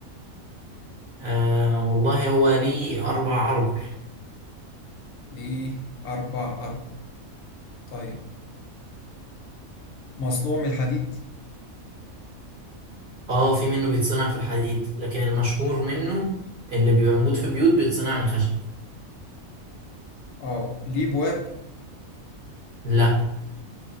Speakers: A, on the right; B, on the left.
A: آه والله هو ليه اربع ارجل
B: ليه اربع ارجل طيب مصنوع من الحديد
A: اه في منه بيتصنع في الحديد لكن المشهور منه اللي بيبقى موجود في بيوت بيتصنع من الخشب
B: اه ليه بواب
A: لا